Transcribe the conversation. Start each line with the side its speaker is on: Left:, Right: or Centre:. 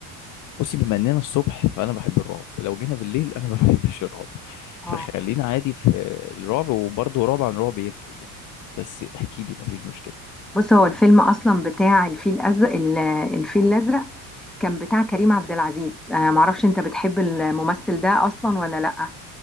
Left: بصي بما اننا الصبح فانا بحب الرعب لو جينا بالليل انا ما <laughs> بحبش الرعب
Centre: اه
Left: فخلينا عادي في الرعب وبرضه رعب عن رعب يفرق يعني بس احكي لي ما فيش مشكله
Centre: بص هو الفيلم اصلا بتاع الفيل الازرق ال- الفيل الازرق كان بتاع كريم عبد العزيز آه معرفش انت بتحب الممثل ده اصلا ولا لا